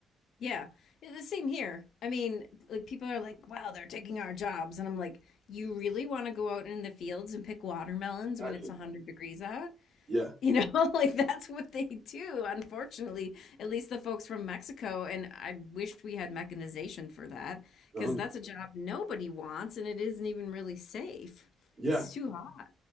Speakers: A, on the left; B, on the right.
A: Yeah. Yeah, the same here. I mean, like, people are like, wow, they're taking our jobs. And I'm like, you really want to go out in the fields and pick watermelons
B: Exactly.
A: when it's 100 degrees out?
B: Yeah,
A: You know, <laughs> like that's what they do, unfortunately, at least the folks from Mexico. And I wish we had mechanization for that
B: 100.
A: because that's a job nobody wants and it isn't even really safe.
B: Yeah,
A: It's too hot.